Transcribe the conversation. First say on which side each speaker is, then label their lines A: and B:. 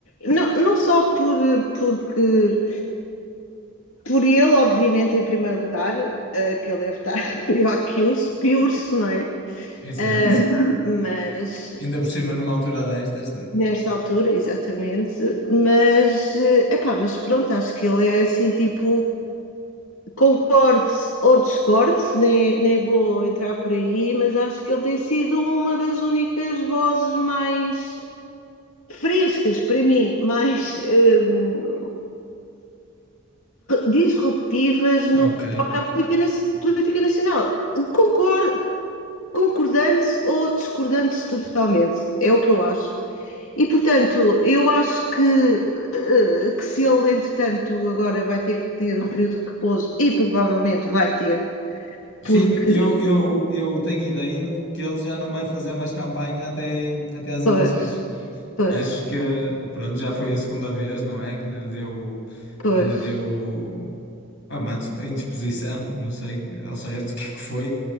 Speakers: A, on the left; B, on the left.
A: Não, não só por, porque, por ele, obviamente, em primeiro lugar, uh, que ele deve estar <laughs> pior que os, pior-se, não é?
B: Exato.
A: Uh, mas
B: Ainda por cima, numa altura destas.
A: nesta altura, exatamente, mas, uh, epá, mas pronto, acho que ele é assim, tipo, concorde ou discorde, nem, nem vou entrar por aí, mas acho que ele tem sido uma das únicas vozes mais frescas para mim, mais hum, disruptivas
B: Ok.
A: no que toca à política nacional. Concordo, concordantes ou discordantes totalmente, é o que eu acho. E, portanto, eu acho que, eh, que se ele, entretanto, agora vai ter que ter um período de repouso, e provavelmente vai ter,
B: Sim,
A: porque
B: eu, eu, eu tenho ideia de que ele já não vai fazer mais campanha até, até às eleições.
A: Pois, pois,
B: Acho que, pronto, já foi a segunda vez, não é? Que lhe deu,
A: pois.
B: que lhe deu ah, má dis- a indisposição, não sei ao certo o que é que foi.